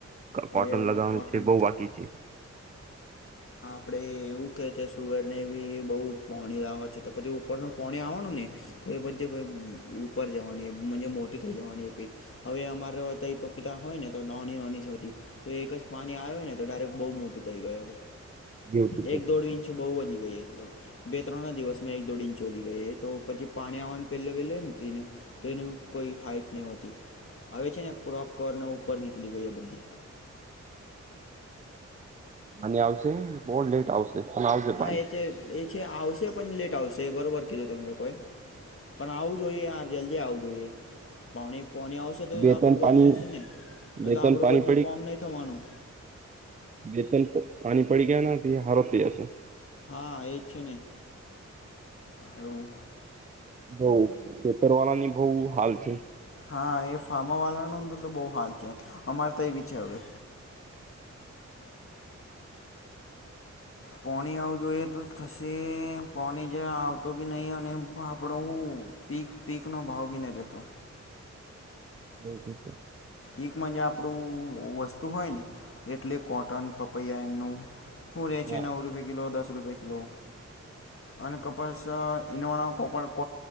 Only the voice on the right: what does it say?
કોટન
લગાવવાનું
છે બહ બાકી છે.
જેવું છે
આની આવશે બહ લેટ આવશે. પણ આવશે
પાણી
બે
ત્રણ
પાણી
બે
ત્રણ
પાણી
વતન પાણી પડી ગયા હારો થઈ જશે.
બઉ ખેતરવાળા ની બહ હાલ છે.
ના
ના